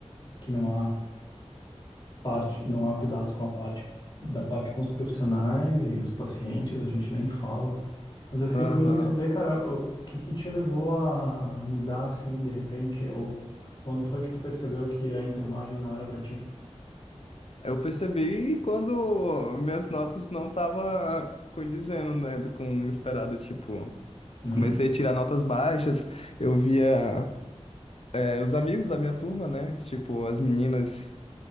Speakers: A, on the left (about 40°); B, on the left (about 60°).
A: Que não há parte, não há cuidados com a parte da parte com os profissionais e os pacientes, a gente nem fala. Mas eu fiquei
B: Aham.
A: curioso em saber, cara, o que que te levou a a mudar assim, de repente, ou quando foi que tu percebeu que a enfermagem não era pra ti?
B: Eu percebi quando minhas notas não estavam condizendo, né, com o esperado, tipo,
A: Uhum.
B: comecei a tirar notas baixas, eu via é, os amigos da minha turma, né, tipo, as meninas